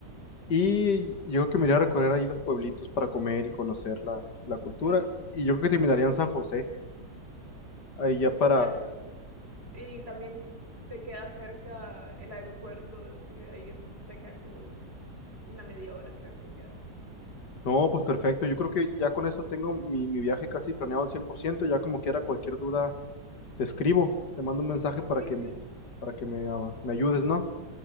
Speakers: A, on the left; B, on the right.
A: Y yo creo que me iría a recorrer ahí los pueblitos para comer y conocer la, la cultura.
B: sí,
A: Y yo creo que terminaría en San José, ahí ya
B: exacto.
A: para...
B: Y también te queda cerca el aeropuerto, eh, ahí en San José queda como unos- una media hora creo que queda.
A: No, pues perfecto. Yo creo que ya con eso tengo mi, mi viaje casi planeado al 100%. Ya como quiera, cualquier duda te escribo, te mando un mensaje para
B: Sí,
A: que
B: sí,
A: me, para que me, ah, me ayudes, ¿no?